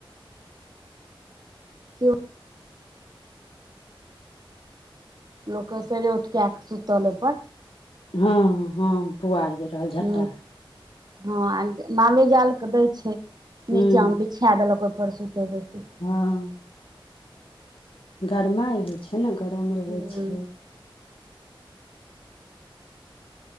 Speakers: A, on the right (about 50°); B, on the left (about 80°).
A: सेहो लोक के सेर उठगाके आ सुतल एह
B: हँ। हँ। पुआर जे। रहल झट्टा
A: ह। हँ। मालो जाल के दै छै,
B: हूँ
A: नीचा मे। छा देलक ओहि परसू तऽ बेसी
B: हँ। गरमाइ होइ छै, ने गरम रहै।
A: हूँ
B: छै।